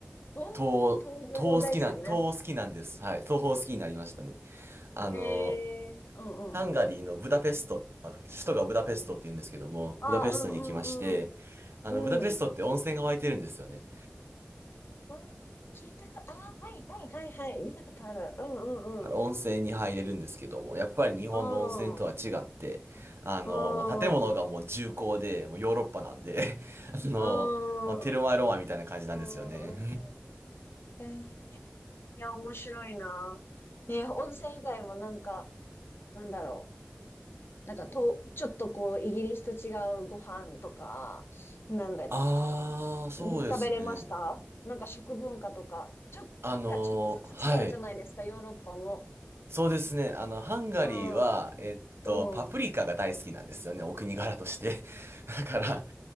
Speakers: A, on the left (about 70°); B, on the right (about 85°).
A: 東欧、
B: 東、
A: 東欧ですよね。
B: 東好きなん、東好きなんです。はい。東方好きになりましたね。あの、
A: えー、うんうん。
B: ハンガリーのブダペスト、まあ首都がブダペストって言うんですけども、
A: ああ、
B: ブダペストに行きまして、
A: うんうんうん。
B: あの、ブダペストって温泉が湧いてるんですよね。
A: うん。あ聞いたか、ああ、はいはいはいはい。見たことある。うんうんうん。
B: だから温泉に入れるんですけども、やっぱり日本の温泉とは違って、
A: うんう
B: あの、
A: んう
B: もう建物がもう重厚で、
A: ん
B: もうヨーロッパなんで、<laughs> あの、
A: う
B: まあ、テルマエロマエみたいな感じなんですよね。
A: んうんえー、いや、面白いな。ね、温泉以外もなんか、なんだろう。なんかと、ちょっとこう、イギリスと違うご飯とか、なんだろ
B: <laughs> あー、そうですね。
A: う。食べれましたなんか食文化とか、ちょ、
B: あの、
A: なんかちょっとずつ違うじゃないですか、
B: はい。
A: ヨーロッパも。
B: そうですね。あの、ハンガリーは、
A: うん。
B: えっと、
A: おお、
B: パプリカが大好きなんですよね。お国柄として。<laughs> だから、